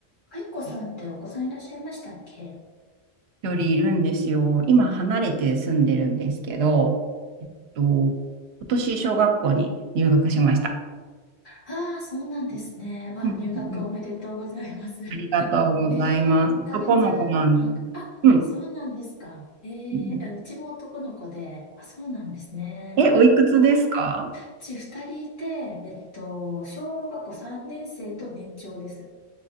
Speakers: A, on the left; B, on the right.
A: あゆこさんってお子さんいらっしゃいましたっけ
B: よりいるんですよ。今離れて住んでるんですけど、えっと、今年小学校に入学しました。
A: ああー、そうなんですね。わ、
B: うんうんうん
A: 入学おめでとうございます。
B: ありがとうございます。
A: <laughs> ええ1ヶ月半、
B: 男の子なんです。
A: あ、
B: うん。
A: そうなんですか。ええあうちも男の子で、
B: うん
A: あ、そうなんですね。
B: え、おいくつですか
A: うち2人いて、えっと、小学校3年生と年長です。